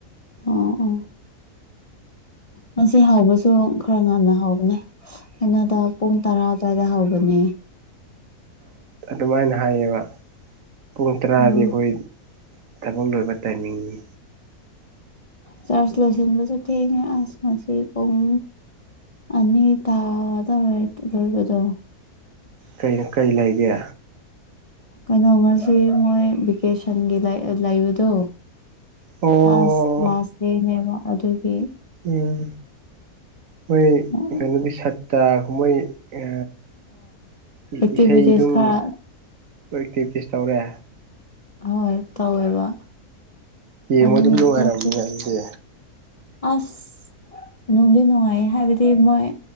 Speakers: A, on the left (about 40°); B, on the right (about 60°).
A: ꯑꯣ ꯑꯣ ꯃꯁꯤ ꯍꯥꯎꯕꯁꯨ ꯈꯔ ꯉꯟꯅ ꯍꯥꯎꯕꯅꯦ ꯑꯩꯅꯗ ꯄꯨꯡ ꯇꯔꯥ ꯑꯗꯨ꯭ꯋꯥꯏꯗ ꯍꯧꯕꯅꯦ
B: ꯑꯗꯨꯃꯥꯏꯅ ꯍꯥꯏꯌꯦꯕ ꯄꯨꯡ ꯇꯔꯥꯗꯤ
A: ꯎꯝ
B: ꯑꯩꯈꯣꯏ ꯊꯕꯛ ꯂꯣꯏꯕ ꯇꯥꯏꯃꯤꯡꯅꯤ
A: ꯆꯥꯔꯖ ꯂꯣꯏꯁꯤꯟꯕꯁꯨ ꯊꯦꯡꯉꯦ ꯑꯁ ꯉꯁꯤ ꯄꯨꯡ ꯑꯅꯤ ꯇꯗ ꯈꯕꯗꯣ
B: ꯀꯣ ꯀꯩ ꯂꯩꯒꯦ
A: ꯀꯩꯅꯣ ꯉꯁꯤ ꯃꯣꯏ ꯚꯦꯀꯦꯁꯟꯒꯤ ꯂꯩꯑ-ꯂꯩꯕꯗꯣ
B: ꯑꯣ
A: ꯑꯁ ꯂꯥꯁ ꯗꯦꯅꯦꯕ ꯑꯗꯨꯒꯤ
B: ꯎꯝ ꯃꯣꯏ
A: ꯍꯣꯏ
B: ꯀꯩꯅꯣꯗꯤ ꯁꯠꯇꯥ ꯃꯣꯏ ꯑ ꯏ-ꯏꯁꯩ
A: ꯑꯦꯛꯇꯤꯚꯤꯇꯤꯁ
B: ꯑꯗꯨꯝ
A: ꯈꯔ
B: ꯅꯣꯏ ꯄ꯭ꯔꯦꯛꯇꯤꯁ ꯇꯧꯔꯦ꯫
A: ꯍꯣꯏ ꯇꯧꯋꯦꯕ
B: ꯌꯦꯡꯕ
A: ꯑꯗꯨꯒꯤ
B: ꯑꯗꯨꯝ ꯅꯨꯡꯉꯥꯏꯔꯝꯅꯤꯅ
A: ꯈꯔ
B: ꯑꯗꯨꯗꯤ
A: ꯑꯁ ꯅꯨꯡꯗꯤ ꯅꯨꯡꯉꯥꯏꯌꯦ ꯍꯥꯏꯕꯗꯤ ꯃꯣꯏ